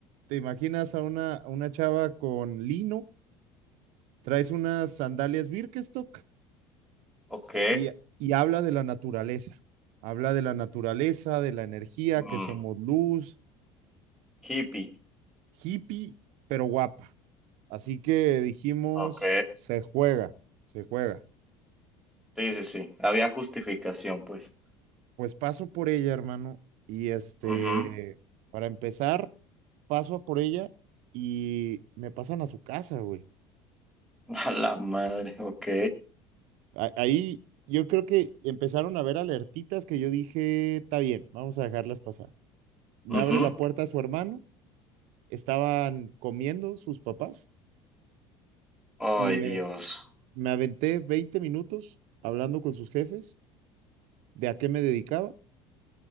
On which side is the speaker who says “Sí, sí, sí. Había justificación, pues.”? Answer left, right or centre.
Centre